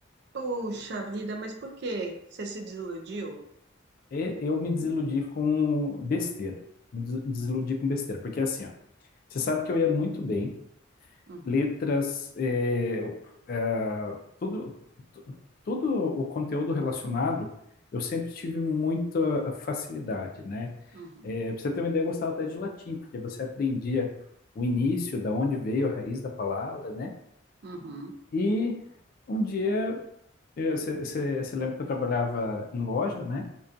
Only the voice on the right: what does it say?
Poxa vida, mas por quê? Você se desiludiu?
Uhum,
uhum,
uhum,